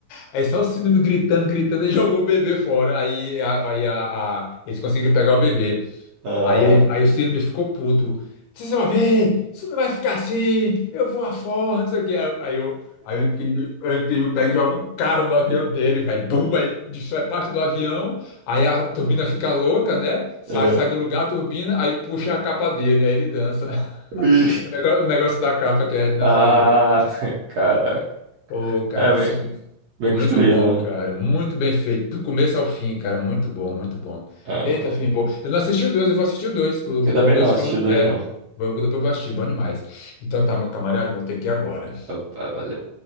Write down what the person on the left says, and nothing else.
Aí só o síndrome gritando, gritando, ele <laughs> jogou o bebê fora. Aí, a- aí a, a- eles conseguiram pegar o bebê.
Aí, ele, aí o síndrome ficou puto. Vocês vão ver, isso não vai ficar assim, eu vou afora, não sei o quê. Aí, aí, eu, aí o incrível, o incrível pega e joga um carro no avião dele, vai, bum, aí destrói parte do avião. Aí a turbina fica louca, né? Sai,
sai do lugar a turbina, aí puxa a capa dele, aí ele dança. <laughs>
O negócio, o negócio da capa que a Edna
falou.
Pô, cara,
esse filme
foi
muito bom, cara.
Muito bem feito. Do começo ao fim, cara. Muito bom, muito bom.
Eita, filme bom. Eu não assisti o dois, eu vou assistir o dois. O,
o dois
falando.
É,
vou- depois eu vou assistir, bom demais. Então tá, meu camarada, vou ter que ir agora.